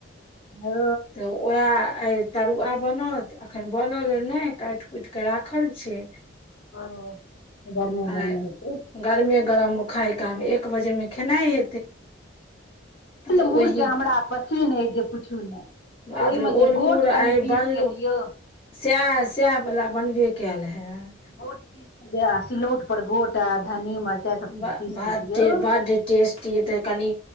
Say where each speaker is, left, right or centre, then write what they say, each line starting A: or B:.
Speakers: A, on the left (about 30°); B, on the left (about 60°).
A: <inaudible>
B: ओ
A: तऽ ओहै आए तरुआ बनत अखन बनल अ नै काइट कुटि केँ राखल छै
B: आ गर्मे
A: आ
B: गर्मे हेतै
A: गरमे गरम उ खायकाल एक बजेमे खेनाइ तऽ ओहि
B: मुर जे हमरा पसिन अइ जे पुछू नहि
A: बापरे
B: ओहिमे जे
A: ओल
B: गोट
A: मूड़ आइ
B: कनि पीस
A: बनलों
B: के दियौ
A: सएह सएह बला बनबे कायल हा
B: गोट पीसके दा सिलौठ पर गोट आर धन्नी मरचाइ सभ
A: बड
B: चीज पीस क दियौ
A: बड टेस्टी हेतै कनि